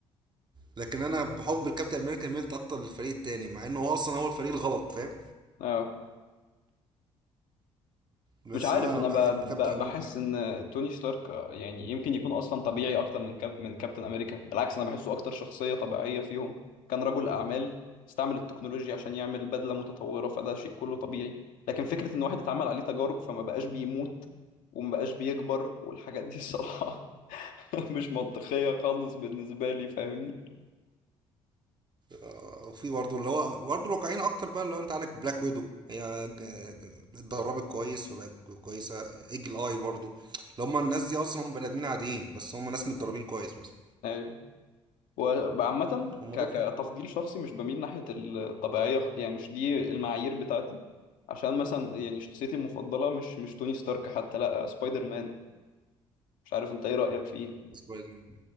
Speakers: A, on the right; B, on the left.
A: لكن انا بحب الكابتن امريكا ميلت اكتر للفريق التاني مع انه هو اصلا هو الفريق الغلط فاهم
B: اه
A: بس
B: مش عارف
A: انا
B: انا
A: بحب
B: ب...
A: كابتن
B: ب...
A: امريكا
B: بحس ان توني ستارك آه، يعني يمكن يكون اصلا طبيعي اكتر من كاب... من كابتن امريكا بالعكس انا بحسه اكتر شخصية طبيعية فيهم كان رجل اعمال استعمل التكنولوجيا عشان يعمل بدلة متطورة فده شيء كله طبيعي لكن فكرة ان واحد اتعمل عليه تجارب فما بقاش بيموت وما بقاش بيكبر والحاجات دي الصراحة <laughs> مش منطقية خالص بالنسبة لي فاهمني
A: آه، وفي برضه اللي هو برضه الواقعيين اكتر بقى اللي هو انت عندك بلاك ويدو هي ج- اتدربت كويس فبقت كويسة ايجل اي برضه اللي هم الناس دي اصلا بني ادمين عاديين بس هم ناس متدربين كويس بس
B: ايوه وعامة
A: هم
B: ك-
A: دول
B: كتفضيل شخصي مش بميل ناحية الطبيعية يعني مش دي المعايير بتاعتي عشان مثلا يعني شخصيتي المفضلة مش مش توني ستارك حتى لا سبايدر مان مش عارف انت ايه رأيك في ايه
A: سبايدر